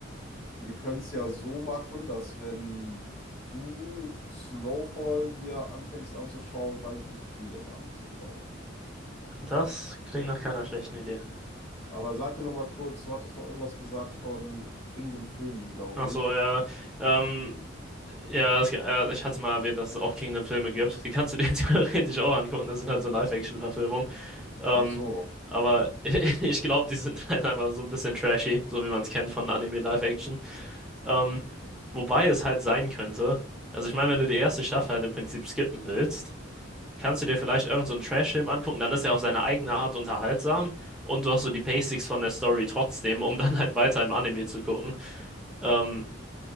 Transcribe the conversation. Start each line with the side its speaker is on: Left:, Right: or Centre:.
Left: Wir können es ja so machen, dass wenn du Snowfall dir anfängst anzuschauen, fange ich Kingdom anzuschauen.
Centre: Das klingt nach keiner schlechten Idee.
Left: Aber sag mir noch mal kurz, du hattest noch irgendwas gesagt von Kingdom Filmen, glaube
Centre: Ach
Left: ich.
Centre: so, ja. Ähm, ja, es, ja, ich hatte mal erwähnt, dass es auch Kingdom-Filme gibt. Die kannst du dir <laughs> theoretisch auch angucken. Das sind halt so Live-Action-Verfilmungen. Ähm,
Left: Ach so,
Centre: aber <laughs> ich glaube, die sind halt einfach so ein bisschen trashy, so wie man es kennt von Anime-Live-Action. Ähm, wobei es halt sein könnte, also ich meine, wenn du die erste Staffel halt im Prinzip skippen willst, kannst du dir vielleicht irgend so einen Trash-Film angucken, dann ist er auf seine eigene Art unterhaltsam und du hast so die Basics von der Story trotzdem, um dann halt weiter im Anime zu gucken. Ähm,